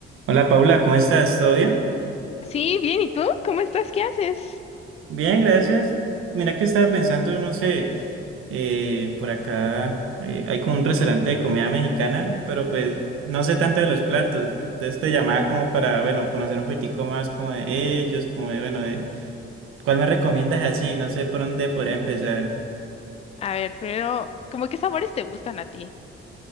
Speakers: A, on the right (about 85°); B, on the left (about 30°).
A: Hola Paula, ¿cómo estás? ¿Todo bien?
B: Sí, bien, ¿y tú? ¿Cómo estás? ¿Qué haces?
A: Bien, gracias. Mira que estaba pensando, no sé, eh, por acá eh, hay como un restaurante de comida mexicana, pero pues no sé tanto de los platos. Entonces te llamaba como para, bueno, conocer un poquitico más como de ellos, como de, bueno, de, ¿cuál me recomiendas así? No sé por dónde podría empezar.
B: A ver, primero, ¿cómo qué sabores te gustan a ti?